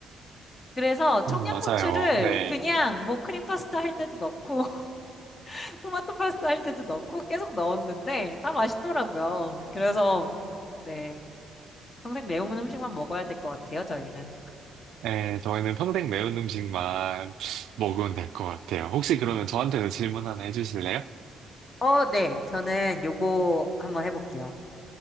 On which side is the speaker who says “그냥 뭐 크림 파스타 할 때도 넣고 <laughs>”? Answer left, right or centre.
Left